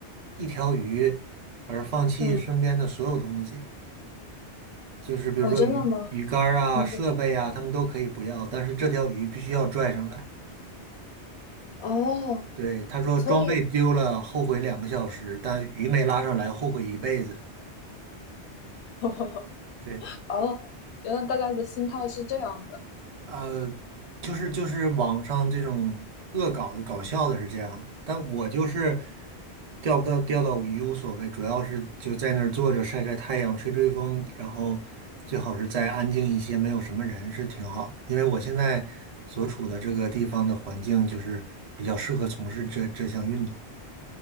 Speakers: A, on the right; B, on the left.
A: 一条鱼而放弃身边的所有东西，
B: 嗯，
A: 就是比如说鱼鱼竿儿啊、
B: 哦，真的吗？<laughs>
A: 设备啊，他们都可以不要，但是这条鱼必须要拽上来。
B: 哦，
A: 对，他说装备丢了后悔两个小时，
B: 所以
A: 但鱼没拉上来后悔一辈子。
B: <laughs>
A: 对，
B: 哦，原来大家的心态是这样的。
A: 呃，就是就是网上这种恶搞的搞笑的是这样的，但我就是钓不到钓到鱼无所谓，主要是就在那儿坐着晒晒太阳、吹吹风，然后最好是再安静一些，没有什么人是挺好的。因为我现在所处的这个地方的环境就是比较适合从事这这项运动。